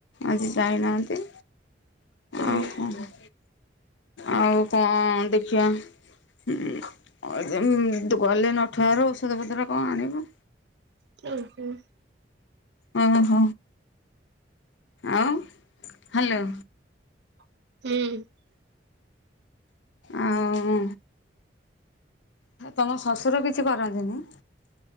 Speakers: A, on the left (about 75°); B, on the right (about 65°).
A: ଆଜି ଯାଇନାହାନ୍ତି,
B: ହୁଁ
A: ଆଉ କଣ? ଆଉ କଣ ଦେଖିବା। ହୁଁ ଆଉ <inaudible> ଗଲେ ନଠୁଆରୁ ଔଷଧ ପତ୍ର କଣ ଆଣିବ।
B: ହୁଁ-ହୁଁ।
A: ଓହୋଃ, ଆଉ ହ୍ୟାଲୋ।
B: ହୁଁ।
A: ଆଉ ତମ ଶଶୁର କିଛି କରନ୍ତିନି?